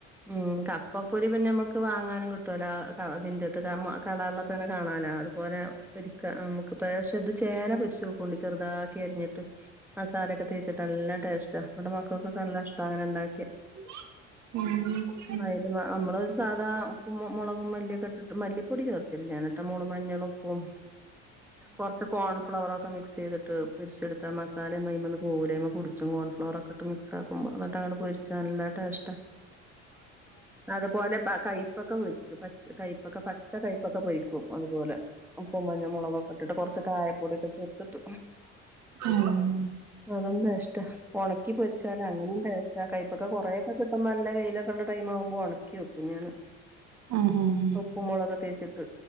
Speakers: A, in the centre; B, on the right.
A: ഉം... കപ്പപ്പൊരി പിന്നെ മ്മക്ക് വാങ്ങാനും കിട്ടുല്ലോ ആ <unintelligible> ഇതിന്റത് <unintelligible> കടകളിലൊക്കെ അങ്ങെ കാണാലോ. അത് ഓന് പൊരിക്ക നമുക്ക് പക്ഷെ ഇത് ചേന പൊരിച്ചോക്കൊണ്ടി ചെറുതാക്കി അരിഞ്ഞിട്ട് മസാലയൊക്കെ തേച്ചിട്ട് നല്ല ടേസ്റ്റാ, ഇവിടെ മക്കൾക്കൊക്കെ നല്ല ഇഷ്ടാ അങ്ങനെ ഉണ്ടാക്കിയാ.
B: <unintelligible>
A: <unintelligible> നമ്മള് സാധാ ഉപ്പും മുളകും മല്ലിയൊക്കെ ഇട്ടിട്ട്, മല്ലിപ്പൊടി ചേർക്കില്ല ഞാന് ട്ട മോളവും മഞ്ഞളും ഉപ്പും കൊറച്ച് കോൺഫ്ലവറ് ഒക്കെ മിക്സ് ചെയ്തി ഇട്ട് പൊരിച്ചെടുത്താൽ മസാല ഒന്നും അയുമ്മേന്ന് പോവൂലാ. <unintelligible> കോൺഫ്ലോറൊക്കെട്ട് മിക്സാക്കുമ്പോ, എന്നിട്ട് അങ്ങോട്ട് പൊരിച്ച നല്ല ടേസ്റ്റാ അതുപോലെ പ കൈപ്പക്ക പൊരിക്കും പച്ച കൈപ്പക്ക പച്ച കയപ്പക്ക പൊരിക്കും അതുപോലെ. ഉപ്പും മഞ്ഞ മുളകൊക്കെ ഇട്ടിട്ട് കൊറച്ചു കായപ്പൊടിയൊക്കെ ചേർത്തിട്ട്
B: ഉം ഉം
A: അതും ടേസ്റ്റാ, ഒണക്കി പൊരിച്ചാല് അങ്ങനേം ടേ കൈപ്പക്ക കുറെക്കെ കിട്ടുമ്പോ നല്ല വെയിലൊക്കെ ഉള്ള ടൈം ആവുമ്പോൾ ഉണക്കി വെക്കും ഞാന്.
B: ഉം ഉം ഉം
A: ഉപ്പും മുളകുംക്കെ തേച്ചിട്ട്